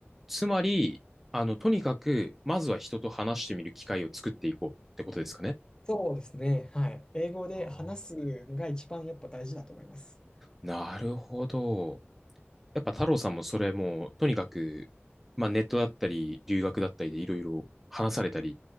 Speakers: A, in the centre; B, on the left.
A: つまり、あの、とにかく、まずは人と話してみる機会を作っていこうってことですかね。
B: そうですね、はい。英語で話すのが一番やっぱ大事だと思います。
A: あーなるほど。やっぱ太郎さんもそれもう、とにかく、まあネットだったり、留学だったりでいろいろ話されたりっ